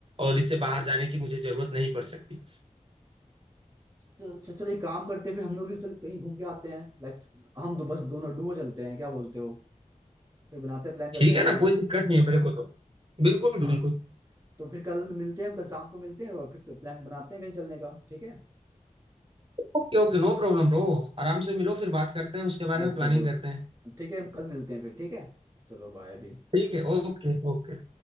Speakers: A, on the right; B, on the right.
A: और इससे बाहर जाने की मुझे जरूरत नहीं पड़ सकती
B: तो च- चलो एक काम करते हैं फिर हम लोग भी चलो कहीं घूम के आते हैं लाइक हम दो बस दोनों डुओ चलते हैं क्या बोलते हो कहीं बनाते हैं प्लान चलने
A: ठीक है
B: का
A: ना
B: डुओ
A: कोई दिक्कत नहीं है मेरे को तो बिल्कुल
B: हाँ
A: बिल्कुल
B: तो फिर कल मिलते हैं हम कल शाम को मिलते हैं और फिर प्लान बनाते हैं कहीं चलने का ठीक है
A: Okay okay no problem bro आराम से मिलो फिर बात करते हैं उसके बारे
B: ओके
A: में प्लानिंग
B: ब्रो
A: करते हैं
B: ठीक है हम कल मिलते हैं फिर ठीक है चलो बाय अभी
A: ठीक है Okay okay